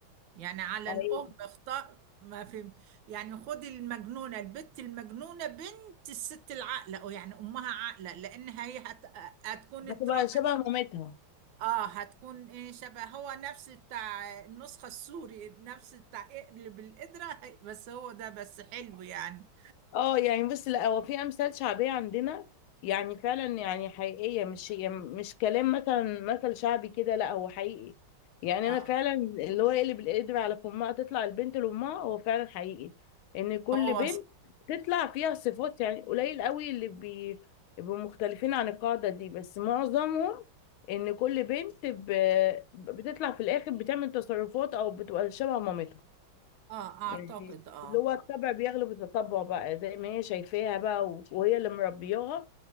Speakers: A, on the right; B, on the left.
A: يعني على
B: أيوه.
A: الام اختار ما فهمت يعني خد المجنونه البت المجنونه بنت الست العاقله او يعني امها عاقله لان هي هت... هتكون اتربت
B: هتبقى شبه مامتها
A: اه هتكون ايه شبه هو نفس بتاع النسخة السوري نفس بتاع اقلب القدرة بس هو ده بس حلو يعني
B: اه يعني بس لا هو في امثال شعبيه عندنا يعني فعلا يعني حقيقيه مش يعني مش كلام مثلا مثل شعبي كده لا هو حقيقي يعني
A: اه
B: انا فعلا اللي هو يقلب القدر على فمها تطلع البنت لامها هو فعلا حقيقي ان كل
A: هو
B: بنت تطلع فيها صفات يعني قليل قوي اللي بي بيبقوا مختلفين عن القاعده دي بس معظمهم ان كل بنت ب... بتطلع في الاخر بتعمل تصرفات او بتبقى شبه مامتها
A: اه اعتقد
B: يعني
A: اه
B: اللي هو الطبع بيغلب التطبع بقى زي ما هي شايفاها بقى و- وهي اللي مربياها